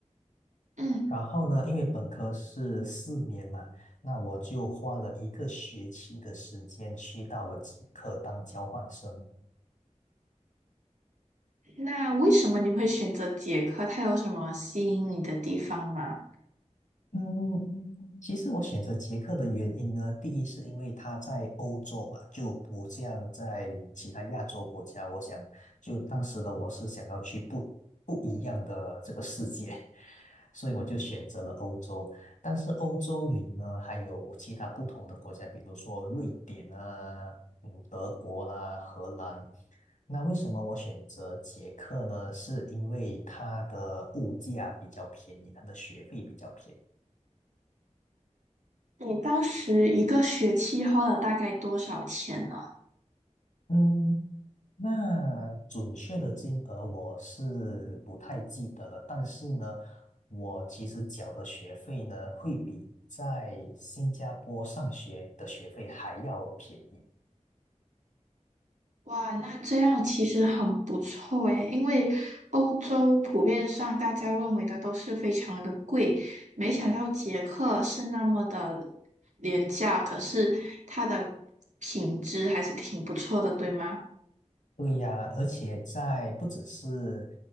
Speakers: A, on the right; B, on the left.
A: 嗯，
B: 然后呢，因为本科是四年嘛，那我就花了一个学期的时间去到了捷克当交换生。
A: 那为什么你会选择捷克？它有什么吸引你的地方吗？
B: 嗯，其实我选择捷克的原因呢，第一是因为它在欧洲嘛，就不像在其他亚洲国家。我想，就当时的我是想要去不不一样的这个世界，所以我就选择了欧洲。但是欧洲里呢，还有其他不同的国家，比如说瑞典啊，嗯，德国啦，荷兰。那为什么我选择捷克呢？是因为它的物价比较便宜，它的学费比较便宜。
A: 你当时一个学期花了大概多少钱呢？
B: 嗯，那准确的金额我是不太记得了，但是呢，我其实缴的学费呢，会比在新加坡上学的学费还要便宜。
A: 哇，那这样其实很不错诶，因为欧洲普遍上大家认为的都是非常的贵，没想到捷克是那么的廉价，可是它的品质还是挺不错的，对吗？
B: 对呀，而且在不只是